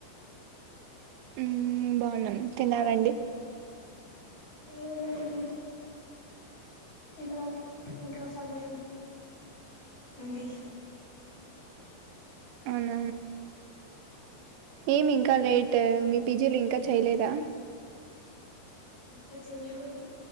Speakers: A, on the right; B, on the left.
A: ఊహ్మ్ బాగున్నాం. తినారండి.?
B: లేదండి తినాలి, ఇంకా సమయం ఉంది.
A: అవున ఏం ఇంకా లేట్? టే మీ పీజీలు ఇంకా చేయ్లేదా.?
B: ఇంకా చెయ్లేదు